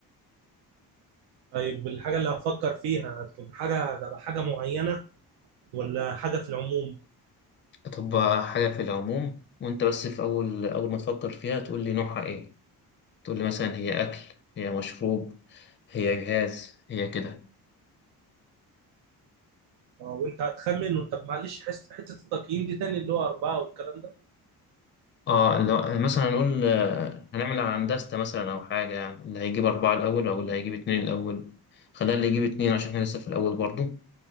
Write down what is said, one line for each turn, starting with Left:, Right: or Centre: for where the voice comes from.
Right: طيب الحاجه اللي هفكر فيها هتكون حاجه حاجه معينه ولا حاجه في العموم
Left: هتبقى حاجة في العموم وأنت بس في أول أول ما تفكر فيها تقول لي نوعها إيه تقول لي مثلا هي أكل هي مشروب هي جهاز هي كده
Right: اه وانت هتخمن وانت معلش حس- حته التقييم دي تاني اللي هو اربعه والكلام ده
Left: اه لو مثلا هنقول آه، هنعمل هندسة مثلا أو حاجة يعني اللي هيجيب أربعة الأول أو اللي هيجيب اتنين الأول خلينا اللي يجيب اتنين عشان احنا لسه في الأول برضو